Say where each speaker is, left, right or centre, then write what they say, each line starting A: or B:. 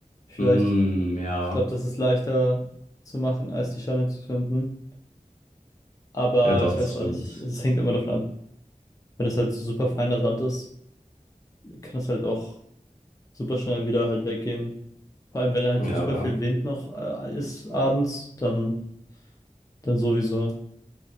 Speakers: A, on the left; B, on the left.
A: Vielleicht.
B: Hm, ja.
A: Ich glaube, das ist leichter zu machen, als die Scheine zu finden. Aber
B: Ja, doch,
A: ich
B: das
A: weiß auch
B: stimmt.
A: nicht, das hängt immer davon ab. Wenn das halt so super feiner Sand ist, kann das halt auch super schnell wieder halt weggehen. Vor allem, wenn halt
B: Ja,
A: super
B: aber.
A: viel Wind noch äh, ist abends, dann, dann sowieso.